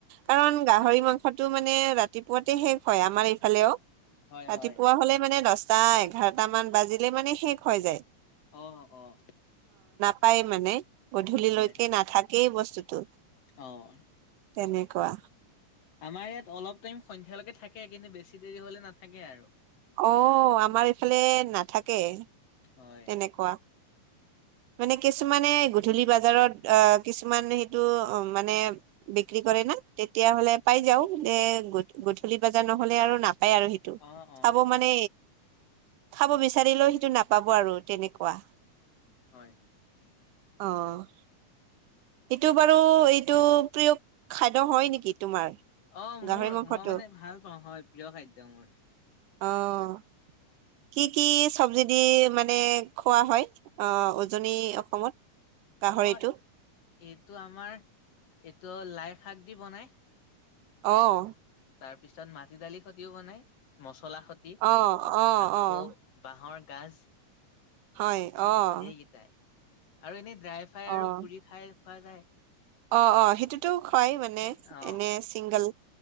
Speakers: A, on the right; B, on the left.
A: কাৰণ গাহৰি মাংস মাংসটো মানে ৰাতিপুৱাতে শেষ হয় আমাৰ এইফালেও
B: হয়
A: ৰাতিপুৱা
B: হয়
A: হলে মানে দশ তায় এঘাৰটা মান বাজিলে মানে শেষ হৈ যায়
B: অ' অ',
A: পাই মানে গধূলিলৈকে
B: হয়
A: নাথাকেই বস্তুটো
B: অ',
A: তেনেকুৱা
B: আমাৰ ইয়াত অলপ টাইম সন্ধিয়ালৈকে থাকে কিন্তু বেছি দেৰি হলে নাথাকে আৰু।
A: অ', আমাৰ এইফালে নাথাকে।
B: হয়।
A: তেনেকুৱা। মানে কিছুমানে গধূলি বজাৰত অ, কিছুমান সেইটো অ, মানে বিক্ৰী কৰে তেতিয়াাহলে পাই যাও যে গধূলি বজা নহলে আৰু না পায় আৰু সেইটো
B: অ অ
A: খাব মানে খাব বিচাৰিলেও সেইটো নাপাব আৰু তেনেকুৱা।
B: হয়।
A: অ', সেটো বাৰু এইটো প্ৰিয় খাদ্য হয় নেকি? তোমাৰ?
B: অ' মোৰ
A: গাহৰি মাংসটো
B: মই মানে ভাল পাওঁ হয় প্ৰিয় খাদ্য মোৰ।
A: অ', কি কি চব্জি দি মানে মানে খোৱা হয় অ, উজনি অসমত? গাহৰিটো?
B: অ', এইটো আমাৰ এইটো লাই শাক দি বনাই।
A: অ',
B: তাৰপিছত মাটি দালি খতিও বনাই, মছলা খতি
A: অ', অ',
B: আকৌ
A: অ',
B: বাঁহৰ কাাজ
A: হয়। অ',
B: এইকেইটাই আৰু এনেই ড্ৰাই ফ্ৰাই
A: অ',
B: আৰু পুৰি খাই খোৱা যায়।
A: অ', অ', সেইটোতো হয় মানে
B: অ
A: এনে চিংগল।